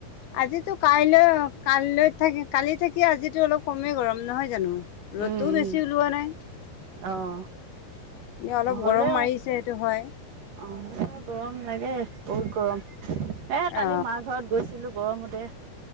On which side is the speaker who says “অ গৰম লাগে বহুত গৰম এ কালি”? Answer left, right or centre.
Right